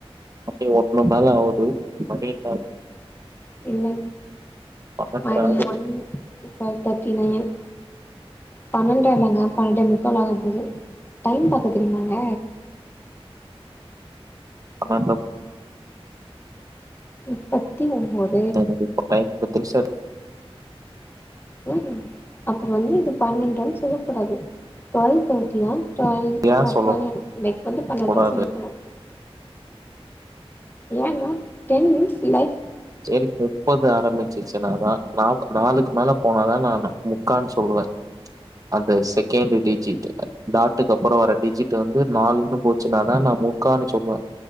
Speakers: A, on the right (about 35°); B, on the left (about 20°).
A: மணி ஒன்னு மேல ஆவுது மணி என்னே
B: இல்ல
A: பன்னெண்டரை
B: மணி
A: ஆகுது
B: வன் டுவல் தேர்ட்டி நையன் பன்னன்ர இல்லங்க பன்னண்டே முக்கால் ஆக போது டைம் பாக்க தெரியுமாங்க
A: அம்மா ப்ரோ
B: நுப்பத்தி ஒம்போது
A: எனக்கு இப்ப டைம் ஃபிக்ஸேட்டு
B: ம் அப்ப வந்து இது பன்னன்ரன் சொல்லக்கூடாது டுவல் தேர்ட்டியா டுவல்
A: ஏன்
B: ஹவர்
A: சொல்ல
B: லைக் வந்து பன்னன்ரனு
A: கூடாது
B: சொல்லிக்கணு ஏனா டென் மினிட்ஸ் லைக்
A: சேரி போய்ட்டு போது து ஆரம்பிச்சுச்சு நா தா நாப் நாலுக்கு மேல போனாதா நா முக்கான் சொல்லுவே அந்த செக் கேன்டி டிஜ்ட்டுக்கால் இந்த ஆட்டுக்கப்புறோ வர டிஜிட் வந்து நாலுன்னு போச்சுனாதா நா மு க்கான்னு சொல்லுவே